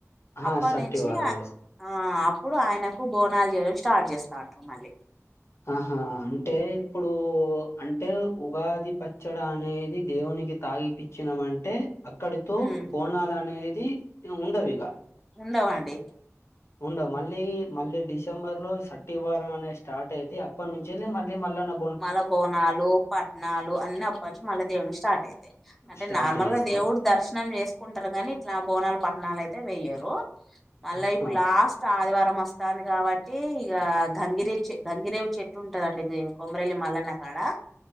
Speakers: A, on the left; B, in the centre.
A: ఆహా!
B: అప్పా
A: సట్టి
B: నించి
A: వారాలు.
B: ఆ ఇప్పుడు ఆయనకు బోనాలు చేయడం స్టార్ట్ చేస్తా ఉంటారు మళ్ళీ.
A: ఆహా అంటే ఇప్పుడూ అంటే ఉగాది పచ్చడ అనేది దేవునికి తాగిపిచ్చినమంటే అక్కడితో
B: ఉమ్
A: బోనాలు అనే ది ఇగ ఉండవిగా
B: ఉండవు అండి.
A: ఉండవు మళ్ళీ మళ్ళీ డిసెంబర్ లో సట్టివారం అనేది స్టార్ట్ అయి అప్పటి నుంచెల్లి మళ్ళీ మల్లన్నా
B: మళ్ళా బోనాలు పట్నాలు అన్ని అప్పట్నుంచి మళ్ళా దేవుని స్టా ర్ట్ అయి తయి అంటే
A: స్టార్ట్
B: నార్మల్
A: జేస్తరు.
B: గా దేవుడు దర్శనం చేసుకుంటరు కాని ఇట్లా బోనాలు పట్నాలు అయితే వెయ్యరు. మళ్ళా
A: ఆహా!
B: ఇప్పుడు లాస్ట్ ఆదివారం అస్ స్తాను కాబట్టి ఇగా గంగిరేగి చె గంగిరేవి చెట్టు ఉంటదండి ఇది కొమరేల్లి మల్లన్న కాడా